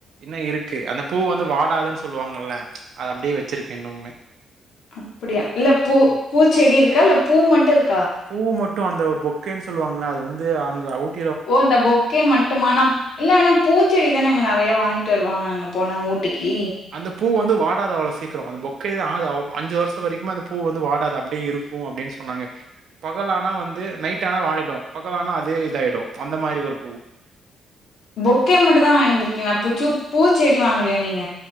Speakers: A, on the right (about 60°); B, on the left (about 60°).
A: இன்னு இருக்கு அந்த பூ வந்து வா டாதுன் சொல்லுவாங்கல்ல, அத அப்டியே வச்சிருக்கே இன்னுமே
B: அம் அப்புடியா இல்ல பூ
A: ம்
B: பூச்செடி இருக் கால்ல பூ மட்டு இருக்
A: பூ மட் டு அந்த ஒரு பொக்கேன் சொல்லுவாங்கல்ல அது வந்து அங்க அவுட்
B: ஓ அந்த பொக்கே மட்டுமா நாப் இல்ல நா பூச்செடி தான அங்க நெறைய வாங்கிட்டு வருவாங்க அங்க போனா ஊட் டிக்கி
A: அந்த பூ வந்து வாடாது அவ்ளொ சீக்கிரொ, அந்த பொக்கேது ஆது அவ் அஞ்சு வருஷ வரைக்குமே அந்த பூ வந்து வாடாது அப்டே இருக்கும் அப்டின் சொன்னாங்க பகலானா வந்து நைட் ஆனா வாடிடும் பகலானா அதே இதாயிடும் அந்த மாரி ஒரு பூ
B: பொக்கே மட்டுந்தா வாங்ட் வந்துருக்கிளா புச்சு பூச்செடி வாங்கலையா நீங்க